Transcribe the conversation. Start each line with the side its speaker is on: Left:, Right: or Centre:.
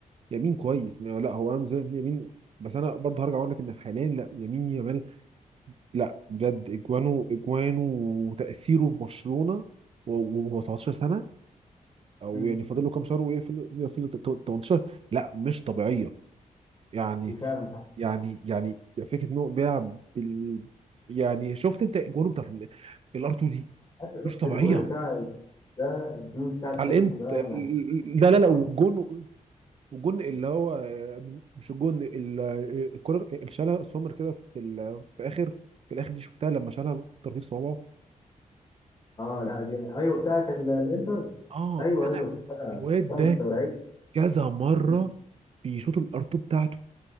Right: يمين كويس ما- لا هو انا بالنسبه لي يمين بس انا برضه هرجع اقول لك ان حاليا لا يمين يامال لا بجد اجوانه اجوانه وتاثيره في برشلونه وهو 17 سنه او
Left: مم.
Right: يعني فاضل له كام شهر ويقفل يقفل 18 لا مش طبيعيه يعني
Left: دي فعلا حاجة.
Right: يعني يعني فكره انه بيع بال... يعني شفت انت الجون بتاعت الار 2 دي
Left: أيوة،
Right: مش
Left: شفت
Right: طبيعيه
Left: الجون بتاع ده الجون بتاع الكلاسيكو
Right: على انت
Left: ده يعني
Right: لا لا
Left: صراحه
Right: لا والجون والجون اللي هو آه، مش الجون ال- آه، الكره اللي شالها سومر كده في ال... في اخر في الاخر دي شفتها لما شالها ترتيب صوابعه
Left: اه لا دي ايوه بتاعت ال- الانتر
Right: اه
Left: ايوه
Right: انا
Left: ايوه شفتها
Right: الواد
Left: شفتها
Right: ده
Left: مش طبيعيه
Right: كذا مره
Left: مم.
Right: بيشوط الار 2 بتاعته